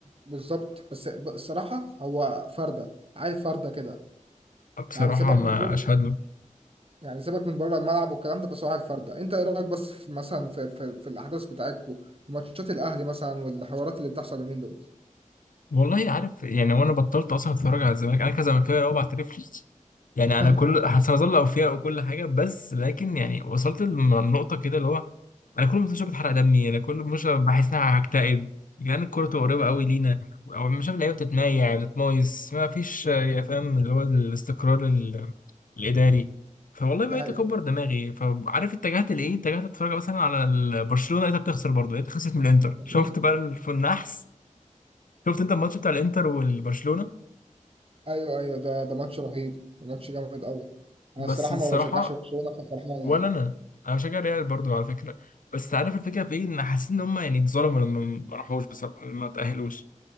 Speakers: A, on the right; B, on the left.
A: بالظبط بس ب- الصراحه هو فرده عيل فرده كده
B: اه، بصراحه
A: يعني سيبك
B: ما
A: من بره
B: اشهد له
A: يعني سيبك من بره الملعب والكلام ده بس هو عيل فرده انت ايه رايك بس في مثلا في, في, في الاحداث بتاعتكم وماتشات الاهلي مثلا والحوارات اللي بتحصل اليومين دول
B: والله عارف يعني وانا بطلت اصلا اتفرج على الزمالك انا كزملكاوي اه بعترف <laughs> يعني
A: <laughs>
B: انا كل هظل اوفياء وكل حاجه بس لكن يعني وصلت لنقطه كده اللي هو انا كل ما بشوف بتحرق دمي انا كل ما بشوف بحس ان انا هكتئب لان الكوره تبقى قريبه قوي لينا او مش شايف اللعيبه بتتمايع بتتمايس ما فيش آه، يا فاهم اللي هو الاستقرار ال- الاداري فوالله بقيت
A: دي حقيقه
B: اكبر دماغي فعارف اتجهت لايه اتجهت اتفرج مثلا على ال- برشلونه لقيتها بتخسر برضه لقيتها خسرت من الانتر
A: <laughs>
B: شفت بقى الف- النحس شفت انت الماتش بتاع الانتر والبرشلونه
A: ايوه ايوه ده ده ماتش رهيب ماتش جامد قوي
B: بس
A: انا الصراحه
B: الصراحه
A: ما بشجعش برشلونه ففرحان
B: ولا
A: يعني
B: انا انا بشجع ريال برضه على فكره بس عارف الفكره في ايه ان حاسس ان هم يعني اتظلموا لما ما راحوش بصراحه لما ما تاهلوش